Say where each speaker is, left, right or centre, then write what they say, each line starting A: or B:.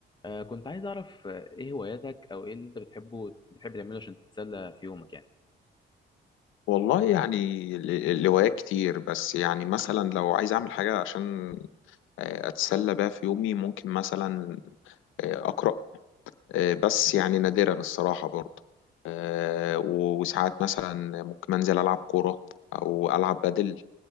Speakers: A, on the left (about 20°); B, on the left (about 85°).
A: آه كنت عايز أعرف آه، إيه هواياتك أو إيه اللي أنت بتحبه بتحب تعمله عشان تتسلى في يومك يعني
B: والله يعني ال- ال- الهوايات كتير بس يعني مثلا لو عايز اعمل حاجة عشان آه، اتسلى بيها في يومي ممكن مثلا آه، اقرأ آه، بس يعني نادرا الصراحة برضه آه، و- وساعات مثلا ممكن انزل العب كورة او العب بدل